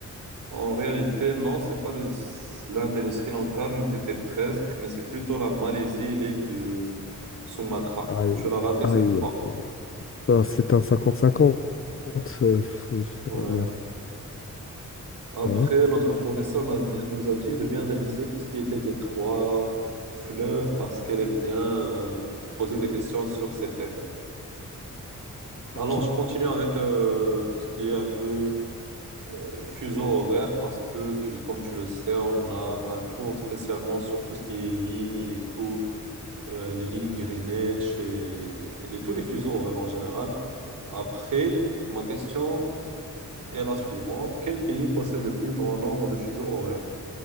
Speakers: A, on the right (about 85°); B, on the left (about 45°).
A: En réalité, non, c'est pas le... l'Inde et le Sri Lanka, mais t'étais presque, mais c'est plutôt la Malaisie et l'île de Sumatra.
B: Aïe,
A: Tu l'as raté
B: aïe,
A: cette fois.
B: aïe. Ah, c'est un cinquante cinquante euh, f- f-
A: Ouais.
B: merde.
A: Après,
B: Ouais.
A: notre professeur nous a dit, nous a dit de bien réviser tout ce qui était des trois fleuves parce qu'elle aime bien euh, poser des questions sur ces thèmes. Alors,
B: ok.
A: je continue avec euh, tout ce qui est un peu euh, fuseau horaire parce que, tu, comme tu le sais, on a un cours spécialement sur tout ce qui est lignes et tout, euh, les lignes Greenwich et les- tous les fuseaux horaires en général. Après, ma question est la suivante. Quel pays possède le plus grand nombre de fuseaux horaires?